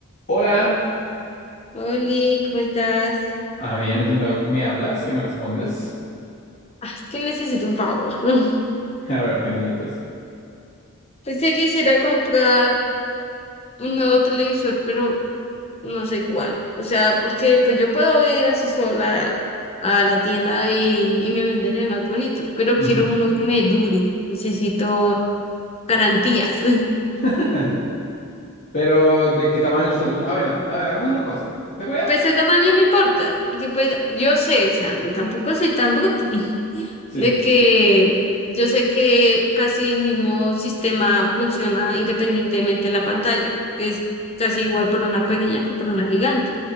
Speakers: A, on the left; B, on the left.
A: Hola.
B: Oli, ¿cómo estás?
A: Ah, bien, es el milagro que me hablas, que me respondes.
B: Ah, es que necesito un favor. <laughs>
A: <laughs> A ver, ¿qué necesitas?
B: Pensé que quisiera comprar un nuevo televisor, pero no sé cuál. O sea, porque pues yo puedo ir así sola a la tienda y, y me venden el más bonito, pero
A: Ujú.
B: quiero uno que me dure. Necesito garantías. <laughs>
A: <laughs> Pero, ¿de qué tamaño lo estás? bus- A ver, a ver, hagamos una cosa. Te voy a...
B: Pues
A: a-
B: el tamaño no importa, porque pues yo sé, o sea, tampoco soy tan bruta. <laughs>
A: Sí.
B: de que yo sé que casi el mismo sistema funciona independientemente en la pantalla, que es casi igual para una pequeña que para una gigante.